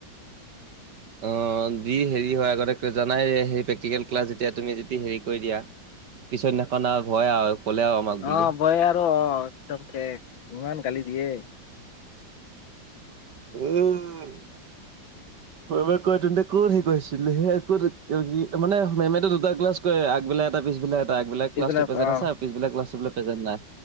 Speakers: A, on the right; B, on the left.
A: অ', দি হেৰি হয়, আগতে জনাই, প্ৰেক্টিকেল ক্লাছ যেতিয়া তুমি যদি হেৰি কৰি দিয়া। পিছৰদিনাখন আৰু ভয় আৰু, ক'লে আৰু। আমাক বুলি
B: অ', ভয় আৰু অ', একদম শেষ, ইমান গালি দিয়ে।
A: উম মেমে কয় তহতে ক'ত হেৰি কৰি আছিলি? সেয়া ক'ত <unintelligible> মানে মেমটো দুটা ক্লাছ কৰে, আগবেলা এটা, পিছবেলা এটা, আগবাক
B: পিছবেলা
A: ক্লাচটো প্ৰেজেণ্ট
B: অ',
A: আছে আৰু পিছবেলা ক্লাচটো বোলে প্ৰেজেণ্ট নাই।